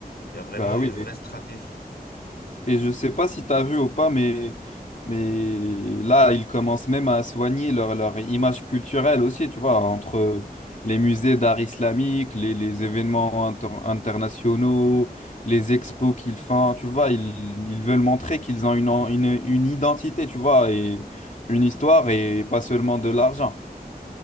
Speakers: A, on the left; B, on the left.
A: Il y a vraiment
B: Bah
A: une
B: oui.
A: vraie stratégie.
B: Et je sais pas si t'as vu ou pas, mais, mais là, ils commencent même à soigner leur, leur image culturelle aussi, tu vois, entre les musées d'art islamique, les, les événements inter- internationaux, les expos qu'ils font, tu vois, ils, ils veulent montrer qu'ils ont une, en- une, une identité, tu vois, et une histoire et pas seulement de l'argent.